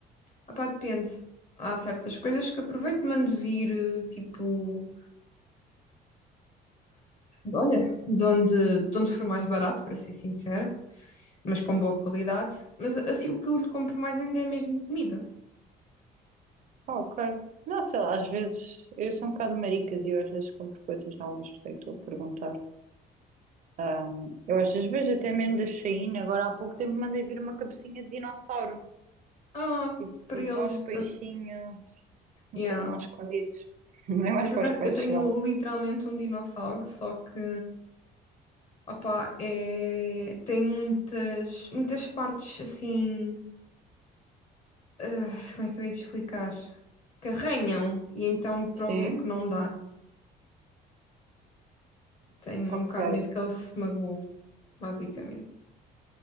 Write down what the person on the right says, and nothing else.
Ah, ok. Não, sei lá, às vezes eu sou um bocado maricas e eu às vezes compro coisas novas, por isso é que estou a perguntar. Ahm, eu às vezes vejo até mesmo da Shein, agora há pouco tempo mandei vir uma cabecinha de dinossauro,
tipo
para os peixinhos
meterem
lá escondidos. <laughs> Não é mais
para
os peixes,
vá.
Sim,
ok.